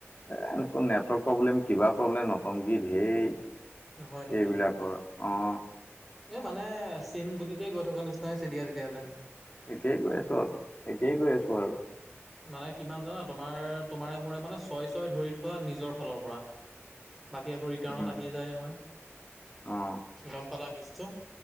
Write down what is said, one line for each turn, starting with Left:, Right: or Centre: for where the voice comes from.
Left: এ তোৰ নেটৱৰ্ক প্ৰব্লেম, কিবা প্ৰব্লেম, নতংকি ধেৰ।
Centre: হয় নেকি
Left: এইবিলাকৰ অ।
Centre: এই মানে চেইম গতিতে গৈ থকাৰ নিচিনা হৈছে দিয়া তেতিয়াহ'লে।
Left: একেই গৈ আছো, একেই গৈ আছো আৰু।
Centre: মানে কিমান জানা? তোমাৰ তোমাৰে মোৰে মানে ছয় ছয় ধৰি থোৱা নিজৰ ফালৰ পৰা বাকী আকৌ ৰিটাৰ্ণত
Left: উম
Centre: আহিয়ে যায় নহয়।
Left: অ
Centre: গম পালা কেছটো?